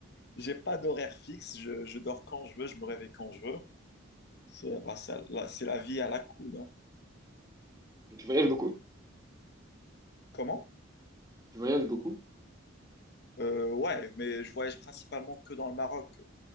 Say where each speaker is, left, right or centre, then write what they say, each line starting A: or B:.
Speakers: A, on the left; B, on the right.
A: j'ai pas d'horaire fixe, je, je dors quand je veux, je me réveille quand je veux. C'est bah, ça- là, c'est la vie à la cool. hein.
B: Tu voyages beaucoup?
A: Comment?
B: Tu voyages beaucoup?
A: Euh, ouais, mais je voyage principalement que dans le Maroc.